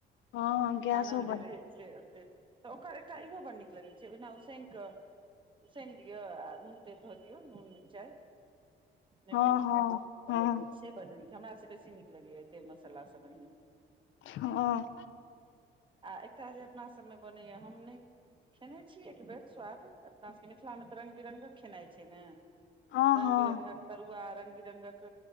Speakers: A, on the left (about 70°); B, on the right (about 25°).
A: हँ गैसो
B: छानल जे
A: बड
B: रहै छै ओते तऽ ओकर एकटा इहो बड़ नीक लगै छै ओहिना उसैन क उसनि लियअ आ नून तेल धऽ दियौ नून मिरचाइ नेबो
A: हँ हँ हँ
B: से बड़ नीक हमरा से बेसी नीक लगैया तेल मसाला सब बढ़िआँ
A: हँ
B: आ एकटा जे अपनासबमें बनैए हम नइ खेने छी एक बेर स्वाद अपना सबके मिथिलामे तऽ रङ्ग बिरङ्गक खेनाइ छै ने
A: हँ
B: रंग
A: हँ
B: बिरंगक तरुआ रंग बिरंगक